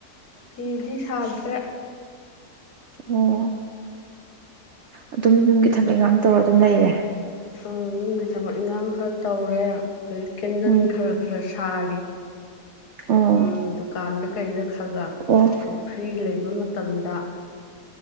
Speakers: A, on the left; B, on the right.
A: ꯐꯤꯗꯤ ꯁꯥꯗ꯭ꯔꯦ
B: ꯑꯣ ꯑꯗꯨꯝ ꯌꯨꯝꯒꯤ ꯊꯕꯛ ꯏꯪꯈꯥꯡ ꯇꯧꯔꯒ ꯑꯗꯨꯝ ꯂꯩꯔꯦ
A: ꯎꯝ ꯌꯨꯝꯒꯤ ꯊꯕꯛ ꯏꯟꯈꯥꯡ ꯈꯔ ꯇꯧꯔꯦ ꯑꯗꯩ ꯀꯦꯟꯗꯟ
B: ꯎꯝ
A: ꯈꯔ ꯈꯔ ꯁꯥꯔꯤ
B: ꯑꯣ
A: ꯎꯝ ꯗꯨꯀꯥꯟꯗ ꯀꯩꯗ ꯈꯒ
B: ꯑꯣ
A: ꯐ꯭ꯔꯤ ꯂꯩꯕ ꯃꯇꯝꯗ